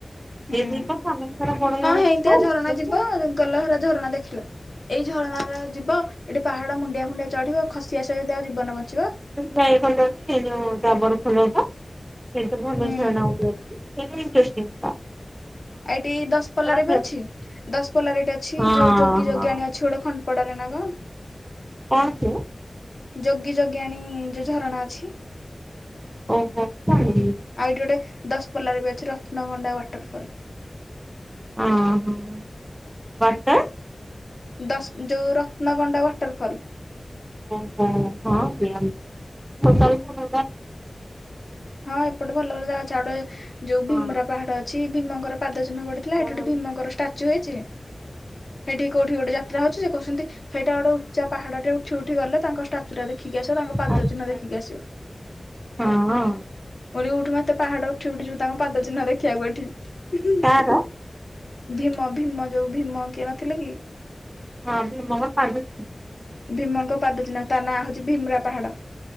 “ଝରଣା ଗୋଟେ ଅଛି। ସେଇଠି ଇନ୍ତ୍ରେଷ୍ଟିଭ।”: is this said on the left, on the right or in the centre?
Right